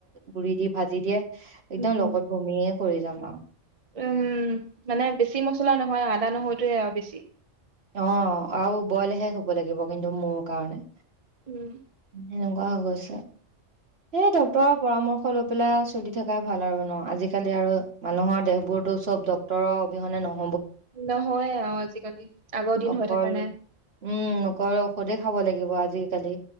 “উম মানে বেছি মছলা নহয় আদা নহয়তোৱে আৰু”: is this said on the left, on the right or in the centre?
Right